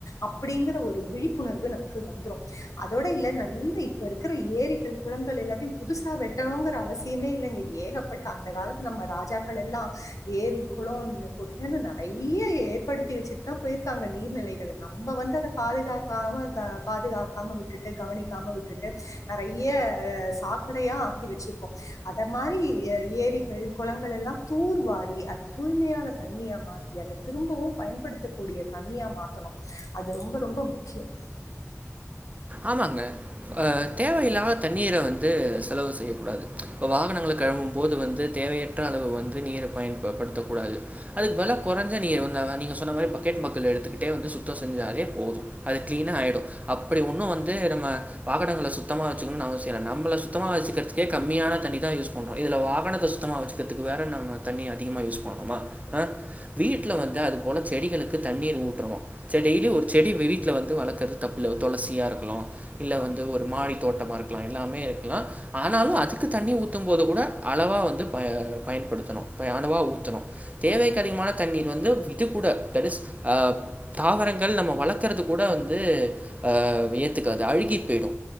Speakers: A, on the left; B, on the right.
A: அப்புடிங்கிற ஒரு விழிப்புணர்வு நமக்கு வந்துரு அதோட இல்ல நல்ல இப்ப இருக்கிற ஏரிகள் குளங்கள் எல்லாத்தையு புதுசா வெட்டணுங்கிற அவசியமே இல்ல இங்க ஏகப்பட்ட அந்த காலத்து நம்ம ராஜக்கள் எல்லா ஏரி குளோன்னு ஒட்டன்னு நறைய ஏற்படுத்தி வச்சிரு தா போயிருக்காங்க நீர்நிலைகல்ல நம்ப வந்து அத பாதுகாப்பாவு க பாதுகா க்காம விட்டுட்டு கவனிக்காம விட்டுட்டு நறைய சாக்கடையா ஆக்கி வச்சிருக்கோ அத மாரி எ ஏரிகள் குளங்கள் எல்லா தூர்வாரி அது தூய்மையான தண்ணியா மாத் தி அத திரும்பவு பயன்படுத்த கூடிய தண்ணியா மாத்தணு அது ரொம்ப ரொம்ப முக்கியோ
B: ஆமாங்க ஆ தேவையில்லாம தண்ணீர வந்து செலவு செய்யக்கூடாது இப்ப வாகனங்கள கழுவும் போது வந்து தேவைய ற்ற அளவு வந்து நீர பயன் ப படுத்த கூடாது அதுக்கு பதிலா கொறஞ்ச நீர வந்து வ அ நீங்க சொன்ன மாரி பக்கெட் மக்குள எடுத்துக்கிட்டே வந்து சுத்தோ செஞ்சாலே போது அது கிளீனா ஆயிடு அப்புடி ஒன்னு வந்து நம்ம வாகனங்கள சுத்தமா வச்சக்கனுன் அவசியோ இல்ல நம்மள சுத்தமா வசுக்கிறத்துக்கே கம்மியான தண்ணி தா யூஸ் பண்றோ இதுல வாகனத்த சுத்தமா வச்சு கத்துக்கு வேற நம்ம தண்ணிய அதிகமா யூஸ் பண்ணணுமா வீட்ல வந்துட்டு அது போல செடிகளுக்கு தண்ணீர் ஊட்றணு செ டெய்லி ஒரு செடி வீ வீட்ல வந்து வளக்கறது தப்பில்ல ஒரு துளசியா இருக்கலு இல்ல வந்து ஒரு மாடி தோட்டமா இருக்கலா எல்லாமே இருக்கலா ஆனாலு அதுக்கு தண்ணி ஊத்தும் போது கூட அளவா வந்து ப பயன்படுத்தணு அளவா ஊத்தனு ஊத்தணு தேவைக்கு அதிகமான தண்ணீர் வந்து இது கூட தட் இஸ் ஆ தாவரங்கள் நம்ம வளக்கறது கூட வந்து அ ஏத்துக்காது அழுகி போயிடு